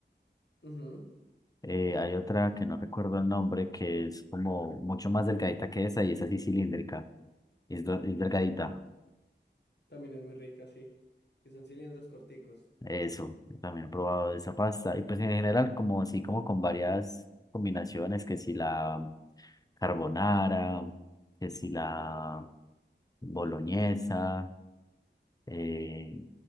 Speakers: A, on the left; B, on the left.
A: Ujú.
B: Eh, hay otra que no recuerdo el nombre que es como mucho más delgadita que esa y es así cilíndrica, y es, do- es delgadita.
A: También es muy rica, sí. Que son cilindros corticos.
B: Eso, yo también he probado esa pasta. Y pues en general como así como con varias combinaciones que si la carbonara, que si la boloñesa, eh,